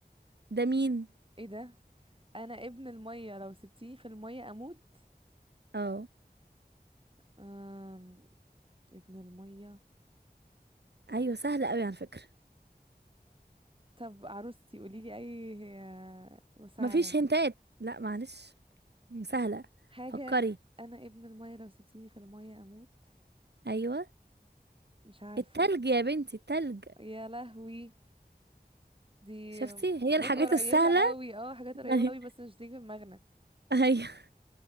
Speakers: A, on the right; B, on the right.
A: ده مين
B: ايه ده انا ابن المية لو سبتيني في المية اموت
A: اه
B: أم... ابن المية
A: ايوه سهلة قوي على فكرة
B: طب عروستي قوليلي اي آه، مساعدة
A: مفيش هنتات لا معلش سهلة
B: حاجة
A: فكري
B: انا ابن المية لو سبتيني في المية اموت
A: ايوه
B: مش عارفة
A: التلج يا بنتي التلج
B: يا لهوي دي
A: شفتي هي
B: حاجات
A: الحاجات
B: قريبة
A: السهلة
B: قوي اه حاجات قريبة
A: <laughs>
B: قوي بس مش تيجي في دماغنا
A: ايوه